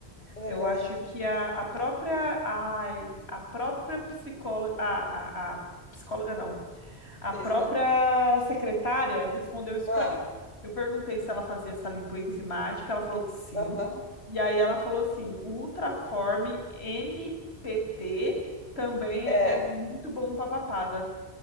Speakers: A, on the left; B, on the left.
A: Aham.
B: Eu acho que a, a própria. Ai, a própria psicóloga. A, a, a psicóloga não. A
A: Pista.
B: própria secretária respondeu isso
A: Ah,
B: para mim. Eu perguntei se ela fazia essa lipoenzimática, ela falou que sim.
A: aham.
B: E aí ela falou assim: o Ultraform MPT também
A: É,
B: é, é muito bom para papada.